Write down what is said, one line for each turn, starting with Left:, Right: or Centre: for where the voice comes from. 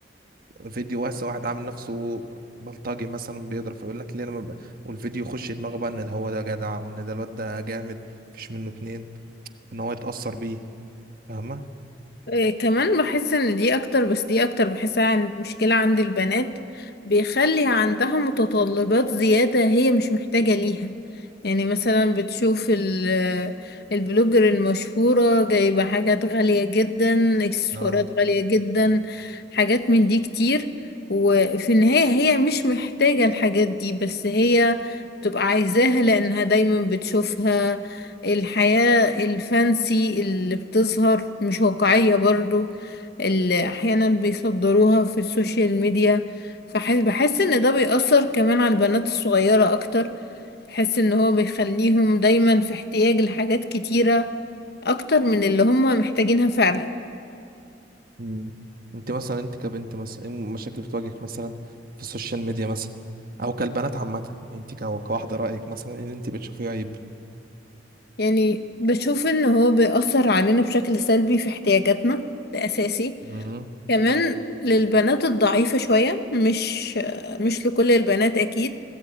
Right: فيديو واسع واحد عامل نفسه بلطجي مثلا بيضرب فيقول لك ليه انا ما ب... والفيديو يخش دماغه بقى ان ده هو ده جدع وان ده الواد ده جامد مفيش منه اتنين ان هو يتاثر بيه فاهمه
Left: آه، كمان بحس ان دي اكتر بس دي اكتر بحسها عن مشكلة عند البنات بيخلي عندها متطلبات زيادة هي مش محتاجة ليها يعني مثلا بتشوف ال- آه، البلوجر المشهورة جايبة حاجات غالية جدا اكسسوارات
Right: اه
Left: غالية جدا حاجات من دي كتير وفي النهاية هي مش محتاجة الحاجات دي بس هي بتبقى عايزاها لأنها دايما بتشوفها الحياة الفانسي اللي بتظهر مش واقعية برضو اللي احيانا بيصدروها في السوشيال ميديا فحس بحس ان ده بيأثر كمان على البنات الصغيرة اكتر بحس ان هو بيخليهم دايما في احتياج لحاجات كتيرة اكتر من اللي هم محتاجينها فعلا
Right: مم. انت مثلا انت كبنت مثلا ايه المشاكل اللي بتواجهك مثلا في السوشيال ميديا مثلا او كالبنات عامه يعني انت كو- كواحده رايك مثلا ايه اللي انت بتشوفيه عيب
Left: يعني بشوف ان هو بيأثر علينا بشكل سلبي في احتياجاتنا ده اساسي
Right: مم.
Left: كمان للبنات الضعيفة شوية مش مش لكل البنات أكيد